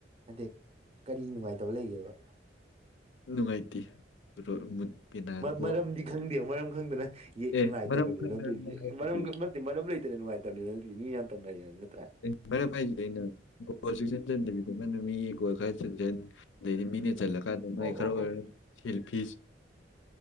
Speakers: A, on the right; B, on the left.
A: ꯅꯠꯇꯦ ꯀꯔꯤ ꯅꯨꯡꯉꯥꯏꯇꯕ ꯂꯩꯒꯦꯕ
B: ꯅꯨꯡꯉꯥꯏꯇꯦ ꯇꯣꯂꯣꯞ ꯃꯨꯠ ꯄꯦꯅꯥꯟꯗꯣ
A: ꯃꯔꯝꯗꯤ ꯈꯪꯗꯦꯕ ꯃꯔꯝ ꯈꯪꯗꯅ ꯌꯦ
B: ꯑꯦ
A: ꯅꯨꯡꯉꯥꯏꯇꯕꯅꯤ
B: ꯃꯔꯝ ꯈꯔ
A: ꯅꯦ
B: ꯃꯔꯝ ꯑꯃ ꯍꯥꯏꯕꯗꯤ
A: ꯃꯅꯦ ꯃꯅꯝ ꯂꯩꯇꯅ ꯅꯨꯡꯉꯥꯏꯇꯕꯅꯤ ꯅ ꯃꯤ ꯌꯥꯝꯇꯪ ꯉꯥꯏꯌꯦꯅ ꯅꯠꯇꯦ
B: ꯑ ꯃꯔꯝ ꯍꯥꯏꯁꯤꯗ ꯑꯩꯅ ꯒꯣꯜꯁꯨ ꯆꯟꯁꯤꯟꯗꯕꯤꯗꯃ ꯅꯨꯃꯤ ꯒꯣꯜ ꯈꯔ ꯆꯟꯁꯤꯟ ꯑꯗꯩꯗꯤ ꯃꯤꯅ ꯆꯜꯂꯀꯥꯟꯗ ꯃꯥꯏ
A: ꯑꯣ ꯑꯣ
B: ꯈꯔ ꯑꯣꯏꯔ
A: ꯑꯣ
B: ꯁꯦꯜ ꯐꯤꯁ